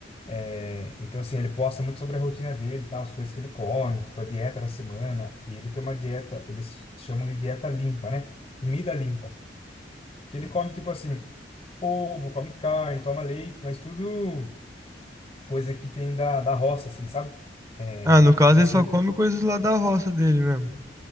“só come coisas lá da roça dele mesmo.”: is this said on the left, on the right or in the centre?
Right